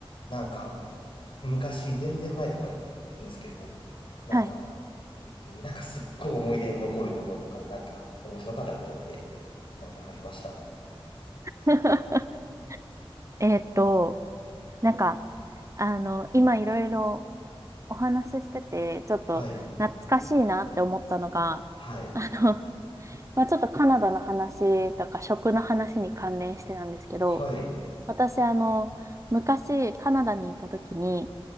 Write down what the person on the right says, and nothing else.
はい。
<laughs> えーっと、なんか、あの、今いろいろお話ししてて、ちょっと懐かしいなって思ったのが、
あの、<laughs> まあ、ちょっとカナダの話とか食の話に関連してなんですけど、
私、あの、昔カナダにいた時に、